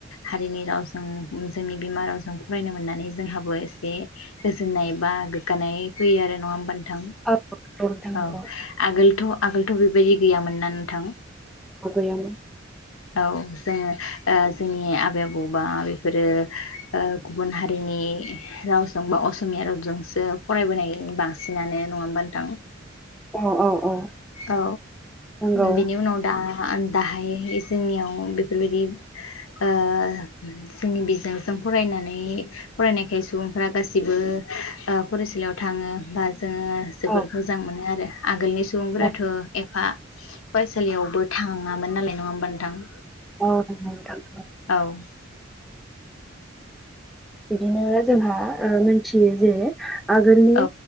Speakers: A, on the left; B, in the centre.
A: हारिनि रावजों जोंनि बिमा रावजों फरायनो मोननानै जोंहाबो एसे गोजोननाय बा गोग्गानाय फैयो आरो नङा होमबा नोथां
B: औ नंगौ नोंथां नंगौ
A: औ आगोलथ' आगोलथ' बेबायदि गैयामोन ना नोंथां
B: गैयामोन
A: औ जोङो जोंनि आबै- आबौबा बेफोरो गुबुन हारिनि रावजों बा असमिया रावजोंसो फरायबोनाय बांसिनानो नङा होनबा नोंथां
B: औ- औ- औ
A: औ
B: नंगौ
A: बेनि उनाव दा दाहाय जोंनियाव बेफोरबायदि ओ जोंनि बिजोंजों फरायनानै फरायनायखाय सुबुंफोरा गासिबो फरायसालियाव थाङो बा जोङो जोबोद
B: औ
A: मोजां मोनो आरो आगोलनि सुबुंफोरा
B: औ
A: थ' एफा फरायसालियावबो थाङामोन नालाय नङा होमबा नोंथां
B: <unintelligible>
A: औ
B: बिदिनो जोंहा मोनथियो जे आगोलनि
A: औ